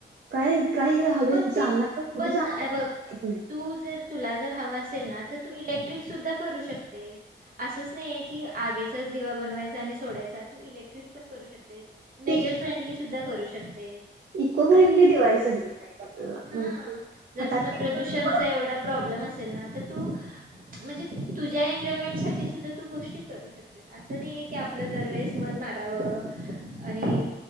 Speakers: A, on the right; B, on the right.
A: काय काही हवे
B: पण ते
A: जाणार कुठे
B: पण
A: जाणार
B: अ बघ
A: माहित नाही
B: तू जर तुला जर हवा असेल ना तर तू इलेक्ट्रिक सुद्धा करू शकतेस असंच नाहीे आहे की आगेचाच दिवा बनवायचा आणि सोडायचा तू इलेक्ट्रिक पण करू शक तेस नेचर
A: ते
B: फ्रेंडली सुद्धा करू शकतेस
A: इको फ्रेंडली दिवाळी साजरी करायची आपल्याला
B: हा
A: म्हणजे
B: जर
A: फटाके
B: तुला प्रदूषणचा
A: पण फोडायचे.
B: एवढा प्रॉब्लेम अस असेल ना तर तू म्हणजे तुझ्या एन्जॉयमेंट साठी सुद्धा तू गोष्टी करू शकतेस अस नाही की आपल दरवेळेस मन माराव आणि